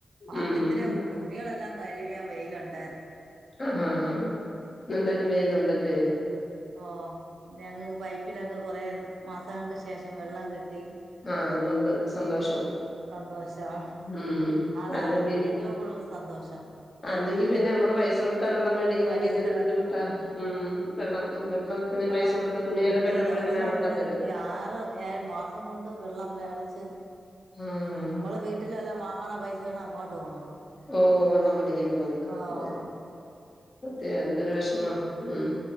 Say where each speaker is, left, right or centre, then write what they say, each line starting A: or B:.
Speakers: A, on the right; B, on the left.
A: ഭാഗ്യത്തിന്
B: ഉം ഉം
A: തുണ്യേളെല്ലാം കഴുകിടാൻ വെയിലുണ്ട്.
B: ആഹ് ആഹ് ആഹ്. ഇന്നെന്തായാലും വെലുണ്ടല്ലേ?
A: ഓ, ഞങ്ങക്ക് പൈപ്പിലൊക്കെ കൊറേ മാസങ്ങൾക്ക് ശേഷം വെള്ളം കിട്ടി.
B: ആഹ് അതുകൊണ്ട് സന്തോഷം
A: സന്തോഷം
B: ഉം ഉം
A: അതാണ്
B: അല്ലെങ്കി
A: ഏറ്റവും കൂടുതൽ. സന്തോഷം.
B: അല്ലെങ്കി പിന്നെ നമ്മള് പൈസ കൊടുത്താ വെള്ളം മേടിക്കണെങ്കിൽ
A: പൈസ
B: എന്തൊരു ബുദ്ധിമുട്ടാ. ഉം.. വെള്ളം. വെള്ളത്തിന് പൈസ
A: ആ
B: കൊടുത്ത് തുണിയൊക്കെ
A: എത്ര
B: കഴുകുമ്പോഴത്തേന്
A: ദിവസം
B: ആ
A: നമ്മള്
B: വെള്ളം തരും
A: ഈ ആറ് ഏഴ് മാസം കൊണ്ട് വെള്ളം. വേടിച്ച്
B: ഉം
A: മ്മള് വീട്ടിലെല്ലാം വാങ്ങാള്ള പൈസയാണ് അങ്ങോട്ട് പോണത്.
B: ഓ, വെള്ളം മേടിക്കാൻ പോയത്
A: ആഹ്
B: ഓ. സത്യാ, എന്തൊരു
A: പിന്നെ
B: വെഷമ ഉം.